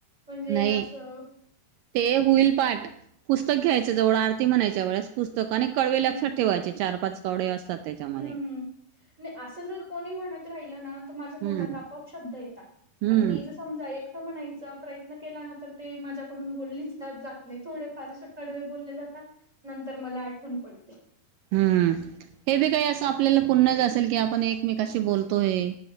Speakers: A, on the right (about 20°); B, on the right (about 90°).
A: म्हणजे
B: नाही,
A: असं
B: ते होईल पाठ. पुस्तक घ्यायचं जवळं आरती म्हणायच्या वेळेस पुस्तक आणि कडवे
A: हम्म.
B: लक्षात ठेवायचे. चार पाच कवडे असतात त्याच्यामध्ये,
A: हम्म, हम्म. नाही असं जर कोणी म्हणत राहिलं ना माझ्या
B: हम्म
A: तोंडात आपोआप शब्द येतात.
B: हम्म
A: आणि मी जर समजा एकट म्हणायच प्रयत्न केला ना तर ते. माझ्याकडून बोललीच जात नाही, थोडे फार असे कडवे बोलले जातात नंतर मला आठवण पडते.
B: हम्म, हे बी काही अस आपल्याला पुण्यज असेल की. आपण एकमेकशी बोलतोय.